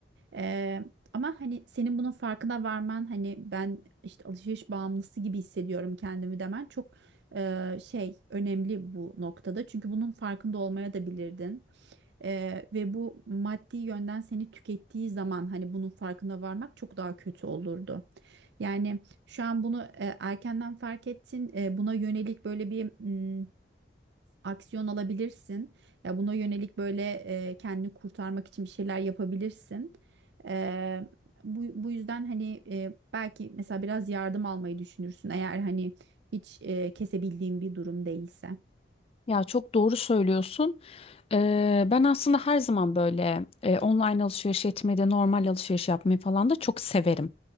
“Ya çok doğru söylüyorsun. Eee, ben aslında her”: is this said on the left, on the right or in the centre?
Left